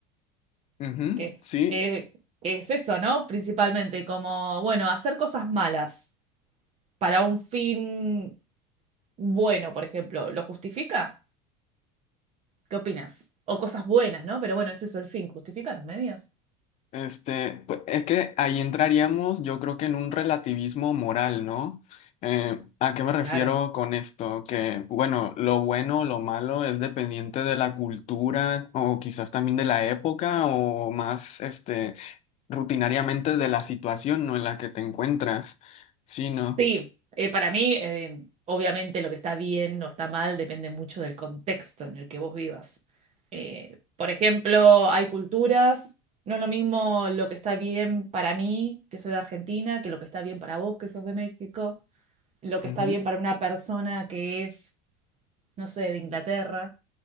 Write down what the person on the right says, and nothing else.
Que es,
que, que es eso, ¿no? Principalmente, como, bueno, hacer cosas malas. para un fin bueno, por ejemplo, ¿lo justifica? ¿Qué opinas? O cosas buenas, ¿no? Pero bueno, es eso el fin. ¿Justifica los medios?
Claro.
Sí, eh, para mí, eh, obviamente lo que está bien o está mal depende mucho del contexto en el que vos vivas. Eh, por ejemplo, hay culturas, no es lo mismo lo que está bien para mí, que soy de Argentina, que lo que está bien para vos, que sos de México, lo que
está bien para una persona que es, no sé, de Inglaterra